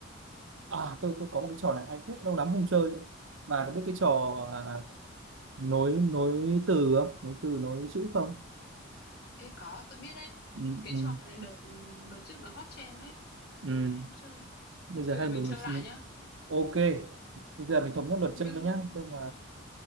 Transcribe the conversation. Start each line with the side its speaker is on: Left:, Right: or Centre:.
Right: à, tôi tôi có một cái trò này hay phết, lâu lắm không chơi. Bà có biết cái trò à, nối nối từ không? Nối từ nối chữ không?
Left: Ê, có, tôi biết đấy.
Right: Ừ,
Left: Cái
Right: ừ,
Left: trò này đợt đợt trước nó hot trend đấy.
Right: ừ.
Left: Ai cũng chơi.
Right: Bây giờ
Left: Bây
Right: hay
Left: giờ mình
Right: mình
Left: chơi
Right: mình xin-
Left: lại nhá.
Right: ok. Bây giờ mình thống nhất luật
Left: Nhưng...
Right: chơi nhá. Tức là